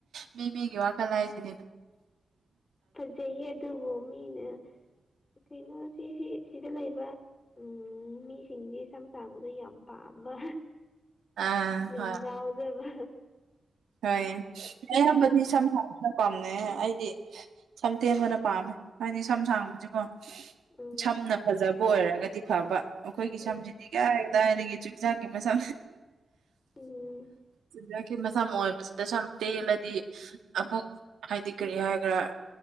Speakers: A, on the right; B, on the left.
A: ꯃꯤ ꯃꯤꯒꯤ ꯋꯥ ꯀꯜꯂ ꯍꯥꯏꯁꯤꯦꯅꯤꯗ
B: ꯖꯩꯦ ꯑꯗꯨ ꯃꯃꯤꯅ ꯀꯩꯅꯣ ꯁꯤꯁꯤ ꯁꯤꯗ ꯂꯩꯕ ꯎꯝ ꯃꯤꯁꯤꯡꯁ ꯁꯝ ꯁꯥꯡꯕꯗ ꯌꯥꯝ ꯄꯥꯝꯕ
A: ꯑꯥ
B: ꯌꯥꯝ
A: ꯍꯣꯏ
B: ꯉꯥꯎꯗꯦꯕ
A: ꯍꯣꯏ ꯑ ꯌꯥꯝꯕ ꯁꯊꯥ ꯄꯥꯝꯅꯩ ꯑꯩꯗꯤ ꯁꯝ ꯇꯦꯝꯕꯅ ꯄꯥꯝꯃꯦ ꯍꯥꯏꯗꯤ ꯁꯝ ꯁꯥꯡꯕꯕꯁꯤꯀꯣ
B: ꯎꯝ
A: ꯁꯝꯅ ꯐꯖꯕ ꯑꯣꯏꯔꯒꯗꯤ ꯐꯕ ꯑꯩꯈꯣꯏꯒꯤ
B: ꯎꯝ
A: ꯁꯝꯁꯤꯗꯤ ꯀ ꯗꯥꯏꯗꯒꯤ ꯆꯤꯟꯖꯥꯛꯀꯤ ꯃꯁ
B: ꯎꯝ
A: ꯆꯤꯟꯖꯥꯛꯀꯤꯁ ꯁꯝꯣꯏꯕꯁꯤꯗ ꯁꯝ ꯇꯦꯜꯂꯗꯤ ꯑꯃꯨꯛ ꯍꯥꯏꯗꯤ ꯀꯔꯤ ꯍꯥꯏꯒ꯭ꯔꯥ